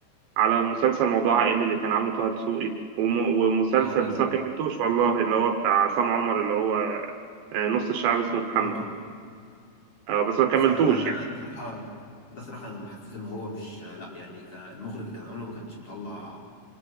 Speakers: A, on the right; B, on the left.
A: على مسلسل موضوع عائلي اللي كان عامله طه دسوقي وم- ومسلسل
B: اه ده كان
A: بس ما كملتوش والله اللي هو بتاع عصام عمر اللي هو آه، نص الشعب اسمه محمد
B: خلطه
A: اه بس ما كملتوش
B: بس على- آه، ده
A: يعني
B: ده صراحة ده صراحة أنا حسيت إن هو مش آه، لأ يعني كان المخرج اللي كان عامله ما كانش مطلع